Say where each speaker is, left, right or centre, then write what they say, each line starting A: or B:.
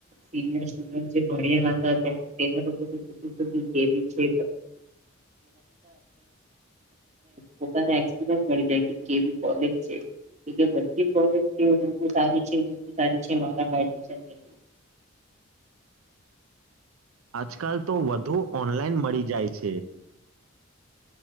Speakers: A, on the right (about 35°); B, on the right (about 85°).
A: સિનિયર સ્ટુડન્ટ જે ભણેલા હતા તેમના થી પૂછ્યો છે પોતાને ને એક્સપીરિયાસ મળી જાય કી કેવી કૉલેજ છે કે જે બધું કૉલેજ છે એ સારી સારી છે મારામાં એમિશન લઈ લે
B: આજકાલ તો બધુ ઓનલાઈન મળી જાય છે